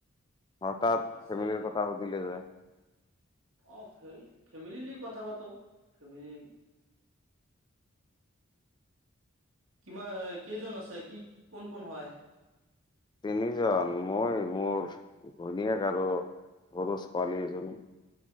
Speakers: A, on the left; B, on the right.
A: হঠাৎ,
B: আছে
A: ফেমেলিৰ কথা সুধিলে যে?
B: অ', ফে-ফেমেলিলি কথা পাতো, ফেমিলি কিমান কেইজন আছে, কি কোন কোন হয়?
A: তিনিজন মই মোৰ, ঘৈণীয়েক আৰু, সৰু ছোৱালী এজনী।